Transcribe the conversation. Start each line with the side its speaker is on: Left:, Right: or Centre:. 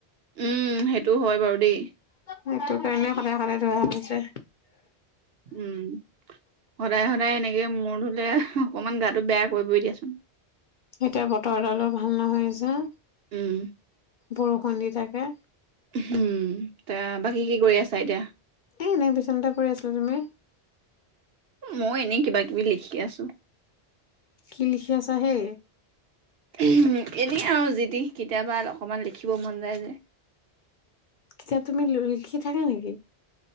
Right: উম সেইটো হয় বাৰু দেই।
Left: সেইটো কাৰণে সদায় সদায় ধোৱা হৈছে।
Right: উম সদায় সদায় এনেকে মোৰ ধুলে অকমান গাটো বেয়া কৰিবই দিয়াচোন।
Left: এতিয়া বতৰ ডালো ভাল নহয় যে।
Right: উম।
Left: বৰষুণ দি থাকে।
Right: হম তা বাকী কি কৰি আছা এতিয়া?
Left: এই এনেই বিচনাতে পৰি আছিলো। তুমি?
Right: মই এনেই কিবা কিবি লিখি আছোঁ।
Left: কি লিখি আছা হে?
Right: এনেই আৰু যি টি কেতিয়াবা অকণমান লিখিব মন যায় যে।
Left: কিতাপ তুমি লিখি থাকা নেকি?